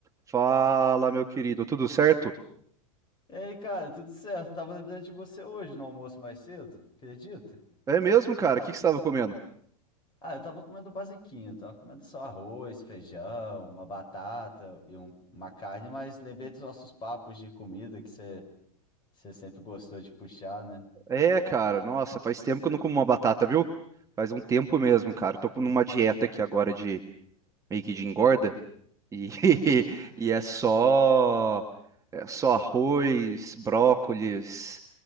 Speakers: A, on the right; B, on the left.
A: Fala, meu querido, tudo certo?
B: E aí, cara, tudo certo? Tava lembrando de você hoje no almoço mais cedo, acredita?
A: É mesmo, cara? O que que você estava comendo?
B: Ah, eu tava comendo basiquinho, tava comendo só arroz, feijão, uma batata e um- uma carne, mas lembrei dos nossos papos de comida que você você sempre gostou de puxar, né?
A: É, cara, nossa, faz tempo que eu não como uma batata, viu? Faz um tempo mesmo, cara. Eu tô com uma dieta aqui agora de meio que de engorda e, <laughs> e é só é só arroz, brócolis,